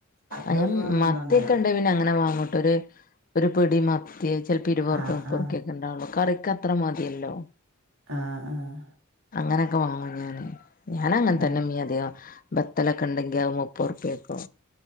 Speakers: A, on the right; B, on the left.
A: അവിടെ
B: അങ്ങനെ
A: ഓല് വാങ്ങുമ്പോ
B: മത്തിയക്കെ
A: അങ്ങനെ
B: ഉണ്ടങ്കിൽ പിന്നെ അങ്ങനെ വാങ്ങുട്ടോ ഒരു ഒരു പിടി മത്തി ചിലപ്പോ ഇരുപതുർപിയാ
A: ആഹ്
B: മുപ്പതുർപിയ
A: ആഹ്
B: ഒക്കെ ഉണ്ടാവുള്ളു കറിക്ക് അത്ര മതിയല്ലോ
A: ആഹ് ആഹ്
B: അങ്ങനൊക്കെ വാങ്ങും ഞാന് ഞാനങ്ങനെ
A: ആഹ്
B: തന്നെ മീന് അതികം ബത്തളോക്കെ ഉണ്ടെങ്കിൽ അത് മുപ്പറുപ്പ്യൊക്കോ